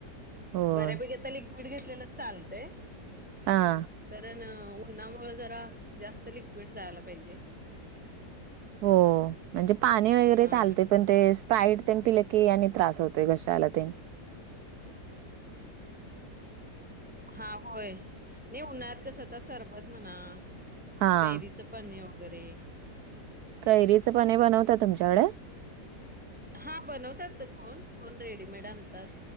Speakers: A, on the right; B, in the centre.
A: होय
B: बऱ्यापैकी आता लिक्विड घेतलेलं चालतंय.
A: हा
B: कारण उन्हामुळं जरा जास्त लिक्विड जायला पाहिजे.
A: हो म्हणजे पाणी वगैरे
B: हा
A: चालते पण ते स्प्राईट तेन पिले की आणि त्रास होतोय घशाला तेन.
B: हा होय नाही उन्हात कसं <unintelligible> सरबत म्हणा
A: हा
B: कैरीचं पन्हे वगैरे.
A: कैरीचं पन्हे बनवतात तुमच्याकडे?
B: हा बनवतात कोण, कोण रेडीमेड आणतात,